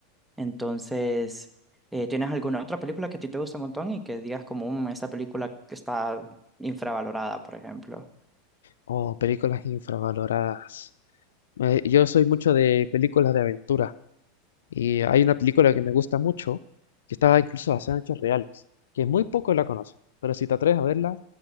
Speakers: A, in the centre; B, on the left.
A: Entonces, eh, ¿tienes alguna otra película que a ti te gusta un montón y que digas como, "Mm, esta película que está infravalorada, por ejemplo?
B: Oh, películas infravaloradas. Eh, yo soy mucho de películas de aventura. Y hay una película que me gusta mucho, que está incluso basada en hechos reales, que muy poco la conocen, pero si te atreves a verla,